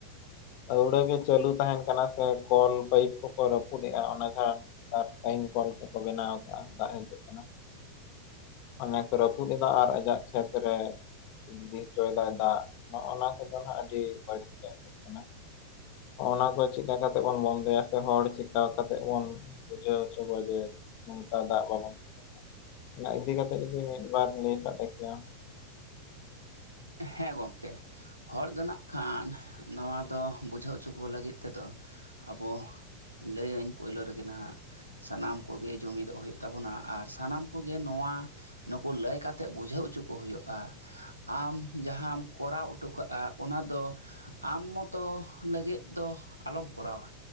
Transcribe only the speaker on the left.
ᱟᱹᱣᱲᱟᱹᱜ ᱜᱮ ᱪᱟᱹᱞᱩ ᱛᱟᱦᱮᱸᱱ ᱠᱟᱱᱟ ᱥᱮ ᱠᱚᱞ ᱯᱟᱹᱭᱤᱯ ᱠᱚᱠᱚ ᱨᱟᱹᱯᱩᱫ ᱮᱜᱼᱟ ᱚᱱᱟ ᱡᱟ ᱟᱨ ᱴᱟᱭᱤᱢ ᱠᱚᱞ ᱠᱚᱠᱚ ᱵᱮᱱᱟᱣ ᱠᱟᱜᱼᱟ ᱫᱟᱜ ᱦᱤᱡᱩᱜ ᱠᱟᱱᱟ᱾ ᱚᱱᱮ ᱠᱚ ᱨᱟᱹᱯᱩᱫ ᱮᱫᱟ ᱟᱨ ᱟᱡᱟᱜ ᱠᱷᱮᱛ ᱨᱮ ᱤᱫᱤ ᱦᱚᱪᱚᱭᱫᱟᱭ ᱫᱟᱜ ᱱᱚᱜᱼᱚ ᱱᱚᱣᱟ ᱠᱚᱫᱚ ᱱᱟᱜ ᱟᱹᱰᱤ ᱵᱟᱹᱲᱤᱡᱜ ᱦᱳᱭᱳᱜ ᱠᱟᱱᱟ᱾ ᱱᱚᱜᱼᱱᱟ ᱠᱚ ᱪᱤᱠᱟ ᱠᱟᱛᱮ ᱵᱚᱱ ᱵᱚᱱᱫᱚᱮᱭᱟ ᱥᱮ ᱦᱚᱲ ᱪᱤᱠᱟ ᱠᱟᱛᱮ ᱵᱚᱱ ᱵᱩᱪᱟᱹᱣ ᱦᱚᱪᱚ ᱠᱚᱣᱟ ᱡᱮ ᱱᱚᱝᱠᱟ ᱫᱟᱜ ᱵᱟᱵᱚᱱ, ᱚᱱᱟ ᱤᱫᱤ ᱠᱟᱛᱮᱫ ᱡᱩᱫᱤ ᱢᱤᱫᱵᱟᱨ ᱞᱟᱹᱭ ᱥᱟᱰᱮ ᱠᱮᱭᱟ,